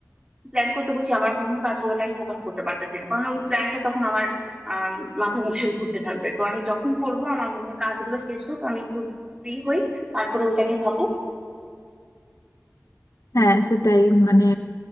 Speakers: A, on the right (about 15°); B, on the left (about 80°).
A: প্ল্যান করতে বসি আমার অন্য কাজগুলোতে আমি ফোকাস করতে পারতেছি না কারণ ওই প্ল্যানটা তখন আমার আম, মাথার মধ্যে শুধু ঘুরতে থাকবে তো আমি যখন করবো আমার মনে হয় কাজগুলো শেষ হোক আমি একটু ফ্রি হই তারপরে ওইটা নিয়ে ভাববো
B: হ্যাঁ সেটাই মানে